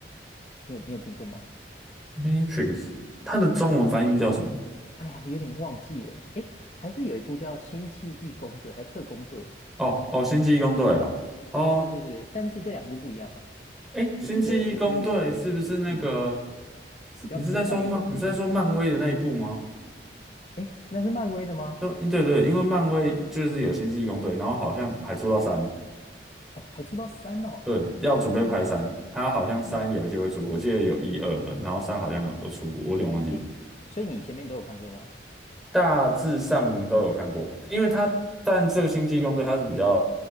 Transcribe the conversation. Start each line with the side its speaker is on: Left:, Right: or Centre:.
Left: 你有你有听过吗？
Centre: ，Matrix，它的中文翻译叫什么？
Left: 好，哎呀，有点忘记了。哎，还是有一部叫《星际义工队》还《特工队》，
Centre: 哦哦，星际义工队哦哦，
Left: 对对对，但是这两部不一样啊。
Centre: 诶，星际义工队是不是那个？
Left: 我记得我朋友有推荐，嗯，
Centre: 是你是在说漫？
Left: 比较科幻一点的，
Centre: 你是在说漫威的那一部吗？
Left: 你有看吗？哎，那是漫威的吗？
Centre: 对对对，因为漫威就是有星际义工队，然后好像还出到三。
Left: 哦，还出到三哦，
Centre: 对，要准备拍三，它好像三有机会出，
Left: 哇，
Centre: 我记得有一二了，
Left: 是
Centre: 然后三好像有出，我有点忘记，
Left: 哎，诶所以你前面都有看过吗？
Centre: 大致上都有看过，因为它但这个星际异攻队它是比较